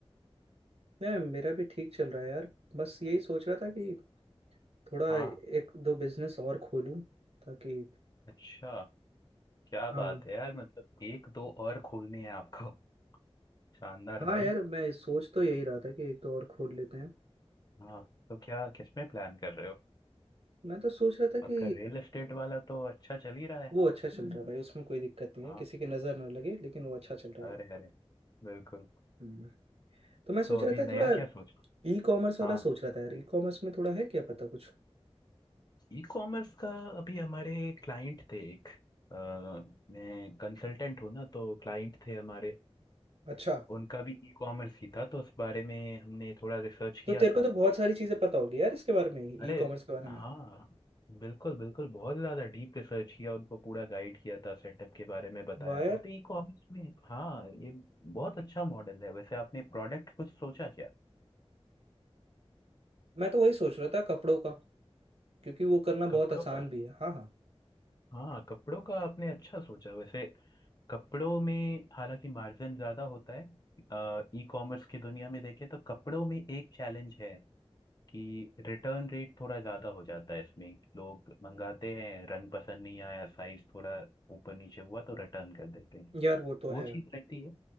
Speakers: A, on the right (about 70°); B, on the left (about 40°).
A: नहीं मेरा भी ठीक चल रहा है यार बस यही सोच रहा था कि थोड़ा
B: हाँ
A: एक दो बिजनेस और खोलूं ताकि
B: अच्छा क्या
A: हाँ
B: बात है यार मतलब एक दो और खोलनी है आपको शानदार
A: हाँ
B: भाई
A: यार मैं सोच तो यही रहा था कि एक दो और खोल लेते हैं
B: हाँ तो क्या किसमें प्लान कर रहे हो
A: मैं तो सोच रहा था
B: आपका
A: कि
B: रियल एस्टेट वाला तो अच्छा चल ही रहा है
A: वो अच्छा चल रहा है भाई उसमें कोई दिक्कत नहीं
B: हाँ
A: है किसी की नज़र ना लगे लेकिन वो अच्छा चल रहा
B: अरे
A: है
B: अरे बिल्कुल
A: हम्म। तो मैं सोच
B: तो अभी
A: रहा
B: नया
A: था थोड़ा
B: क्या सोचा
A: ई कॉमर्स वाला
B: हाँ
A: सोच रहा था यार ई कॉमर्स में थोड़ा है क्या पता कुछ
B: ई कॉमर्स का अभी हमारे क्लाइंट थे एक अ, मैं कंसल्टेंट हूँ ना तो क्लाइंट थे हमारे
A: अच्छा
B: उनका भी ई कॉमर्स ही था तो उस बारे में हमने थोड़ा रिसर्च किया
A: तो तेरे
B: था
A: को तो बहुत सारी चीजें पता होगी यार इसके बारे में ई
B: अरे
A: कॉमर्स के बारे
B: हाँ
A: में
B: बिल्कुल बिल्कुल बहुत ज़्यादा डीप रिसर्च किया उनको पूरा गाइड किया था सेटअप के बारे में बताया
A: वाह यार
B: था तो ई कॉमर्स में हाँ ये बहुत अच्छा मॉडल है वैसे आपने प्रोडक्ट कुछ सोचा क्या
A: मैं तो वही सोच रहा था कपड़ों का क्योंकि वो करना
B: कपड़ों
A: बहुत आसान
B: का
A: भी है हाँ हाँ
B: हाँ कपड़ों का आपने अच्छा सोचा वैसे कपड़ों में हालांकि मार्जिन ज़्यादा होता है ई कॉमर्स की दुनिया में देखें तो कपड़ों में एक चैलेंज है कि रिटर्न रेट थोड़ा ज़्यादा हो जाता है इसमें लोग मंगाते हैं रंग पसंद नहीं आया साइज थोड़ा ऊपर नीचे हुआ तो रिटर्न कर देते हैं
A: यार वो तो
B: वो
A: है
B: चीज़ रहती है